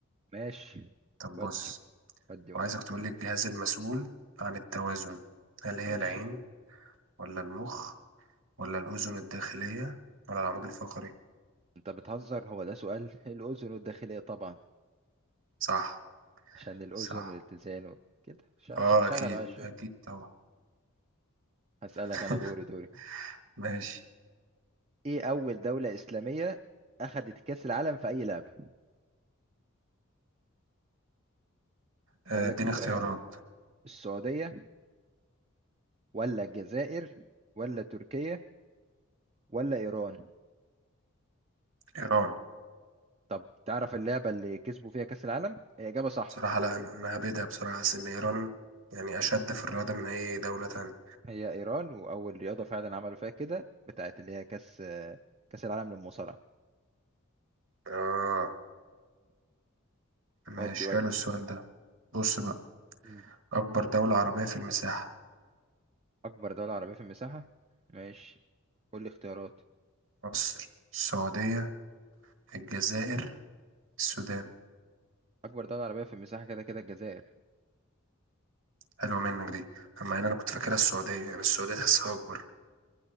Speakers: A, on the right; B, on the right.
A: ماشي
B: طب
A: ودي
B: بص
A: ودي ودي
B: وعايزك تقول لي الجهاز المسؤول عن التوازن هل هي
A: ماشي
B: العين ولا المخ ولا الأذن الداخلية ولا العمود الفقري
A: انت بتهزر هو ده سؤال <laughs> الاذن والداخلية طبعا
B: صح
A: عشان الاذن
B: صح
A: والاتزان و- كده شغل
B: اه أكيد
A: معايا الشغل
B: أكيد طبعا
A: هسألك
B: <laughs>
A: أنا دوري دوري
B: ماشي
A: إيه أول دولة إسلامية أخذت كأس العالم في أي لعبة؟
B: آه،
A: أقول لك
B: اديني
A: اختيارات
B: اختيارات
A: السعودية ولا الجزائر ولا تركيا ولا إيران
B: إيران
A: طب تعرف اللعبة اللي كسبوا فيها كأس العالم؟ هي إجابة صح
B: بصراحة لا أنا أنا هبدها بصراحة حاسس إن إيران يعني أشد في الرياضة من أي دولة تانية
A: هي إيران وأول رياضة فعلا عملوا فيها كده بتاعت اللي هي كأس كأس العالم للمصارعة
B: آه ماشي
A: ودي ودي
B: حلو السؤال ده بص بقى
A: مم.
B: أكبر دولة عربية في المساحة
A: أكبر دولة عربية في المساحة؟ ماشي قول لي اختيارات
B: مصر السعودية الجزائر السودان
A: أكبر دولة عربية في المساحة كده كده الجزائر
B: حلوة منك دي أما أنا أنا كنت فاكرها السعودية يعني السعودية تحسها أكبر